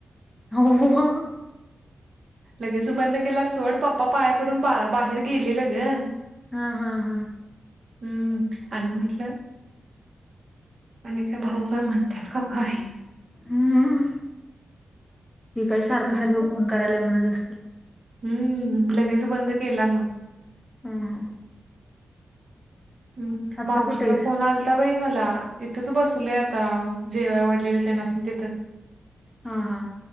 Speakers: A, in the centre; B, on the right.
A: हो हो
B: लगेच बंद केला. सोड, पप्पा पाया पडून बा बाहेर गेलेल ग.
A: हा हा हा.
B: हम्म. आणि म्हटलं. आणि त्या भाऊ काय म्हणतात का काय?
A: हम्म. मी काही सारखं
B: नाही
A: सारखं फोन करायला म्हणत असत-
B: हम्म. लगेच बंद केला मग.
A: हम् हम.
B: हम्.
A: आत्ता
B: मावशीचा
A: कुठे आहेस
B: फोन आलता बाई मला. इथंच बसलोय आता. जेवाय वाढलेलं त्यांनाच मी तिथं.
A: हा हा.